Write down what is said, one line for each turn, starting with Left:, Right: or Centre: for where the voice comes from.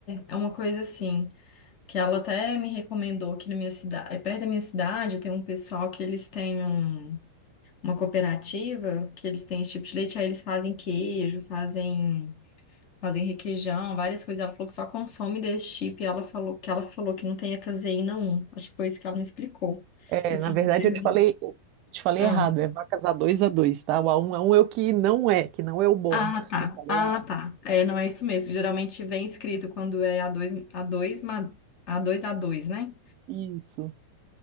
Left: é uma coisa assim. Que ela até me recomendou que na minha cidade, perto da minha cidade, tem um pessoal que eles têm um. uma cooperativa que eles têm esse tipo de leite, aí eles fazem queijo, fazem, fazem requeijão, várias coisas. Ela falou que só consome desse tipo e ela falou que ela falou que não tem a caseína 1. Acho que foi isso que ela me explicou.
Right: É,
Left: Eu
Right: na
Left: falei,
Right: verdade
Left: "Pergunta-
Right: eu te falei, eu te falei
Left: ah,
Right: errado, é vacas a dois a dois, tá? O a um a um é o que não é, que não é o bom.
Left: ah,
Right: <laughs>
Left: tá,
Right: Eu falei
Left: ah,
Right: errado.
Left: tá. É, não é isso mesmo. Geralmente vem escrito quando é a dois a dois ma- a dois a dois né?
Right: Isso.